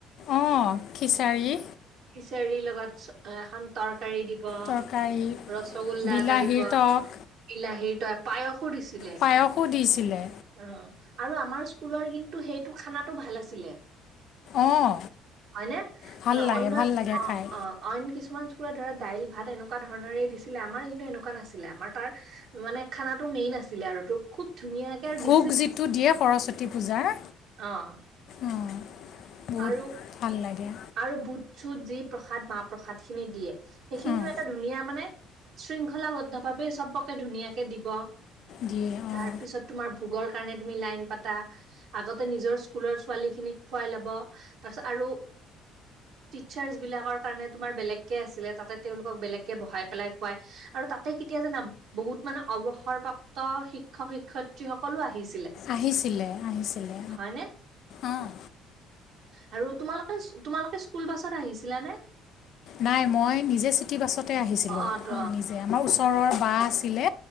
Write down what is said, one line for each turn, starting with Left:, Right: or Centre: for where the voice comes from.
Left: অ খিচাৰী।
Right: চেৰি লগত এখন তৰকাৰী দিব
Left: তৰকাৰী
Right: ৰসগোল্লা
Left: বিলাহীৰ
Right: এটা দিব।
Left: টক
Right: বিলাহি। প্ৰায়স দিছিলে
Left: পায়সো
Right: অহ
Left: দিছিলে
Right: আৰু আমাৰ স্কুলৰ সেই কিন্তু। <unintelligible> খানাটো ভাল আছিলে।
Left: অঁ
Right: হয়নে।
Left: ভাল লাগে
Right: অন্য
Left: ভাল লাগে
Right: অ'!
Left: খাই
Right: অ'! অইন কিছু কিছুমান স্কুলৰ ধৰা দাইল, ভাত, এনেকুৱা ধৰণৰে দিছিলে। আমাৰ কিন্তু, এনেকুৱা নাছিলে। আমাৰ তাৰ মানে, খানাটো মেইন আছিলে আৰু এইটো খুব ধুনীয়াকে আৰু
Left: ভোগ
Right: ডিচিপ্লিন
Left: যিটো দিয়ে সৰস্বতী পূজাৰ
Right: অ'!
Left: অঁ বহুত
Right: আৰু
Left: ভাল লাগে
Right: আৰু বুট চুত, যি, প্ৰসাদ মাহ প্ৰসাদ খিনি দিয়ে। সেইখিনিও
Left: অঁ
Right: এটা ধুনীয়া মানে শৃংখলাবদ্ধ ভাৱে চবকে ধুনীয়াকে দিব।
Left: দিয়ে
Right: তাৰ
Left: অঁ
Right: পিছত, তোমাৰ ভোগৰ কাৰনে, তুমি লাইন পাতা। আগতে, নিজৰ স্কুলৰ ছোৱালী খিনিক খোৱাই ল'ব। তাৰপিছত আৰু টিচাৰ্চ বিলাকৰ কাৰণে, তোমাৰ বেলেগকে আছিলে। তাতে, তেওঁলোকক বেলেগকে বহাই পেলাই খুৱাই। আৰু তাতে কেতিয়া জানা বহুত মানে, অৱসৰপ্ৰাপ্ত শিক্ষক শিক্ষয়িত্ৰী সকলো আহিছে।
Left: আহিছিলে, আহিছিলে।
Right: হয়নে
Left: অ'!
Right: আৰু তোমালোকে, তোমালোকে স্কুল বাছত আহিছিলা নে?
Left: নাই। মই, নিজে চিটি বাছতে আহিছিলোঁ,
Right: অ', ত
Left: নিজে আমাৰ ওচৰৰ বা আছিলে।